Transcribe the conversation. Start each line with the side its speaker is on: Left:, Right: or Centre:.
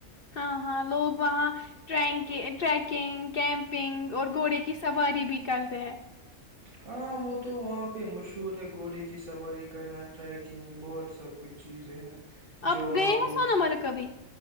Left: ہاں ہاں لوگ وہاں ٹرینک کے ٹریکنگ کیمپنگ اور گھوڑے کی کی سواری بھی کرتے ہیں
Right: ہاں وہ تو وہاں پہ مشہور ہے گھوڑے کی سواری کرنا ٹریکنگ بہت سب کچھ چیزیں ہیں
Left: آپ
Right: جو وہاں
Left: گئے ہو
Right: پہ
Left: سونا
Right: مشہور
Left: ہمارے کبھی